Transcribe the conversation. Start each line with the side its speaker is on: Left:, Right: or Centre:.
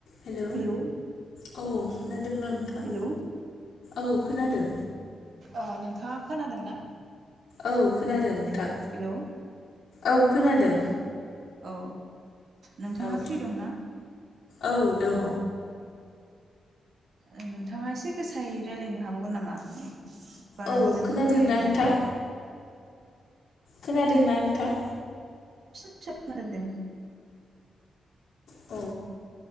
Left: हेल' औ
Right: हेलौ
Left: खोनादों ना नोंथां?
Right: हेलौ
Left: औ खोनादों।
Right: अ नोंथाङा खोनादों ना?
Left: औ खोनादों नोंथां
Right: हेलौ
Left: औ खोनादों।
Right: औ नोंथाङा
Left: औ
Right: फ्रि दंना?
Left: औ दङ
Right: अ नोंथाङा एसे गोसायै रायज्लायनो हाबावगोन नामा? बारा
Left: औ
Right: मोजां
Left: खोनादोंना
Right: खोनाफैयाखै
Left: नोंथां
Right: माने।
Left: खोनादोंना नोंथां?
Right: स स मारदोंं।
Left: औ।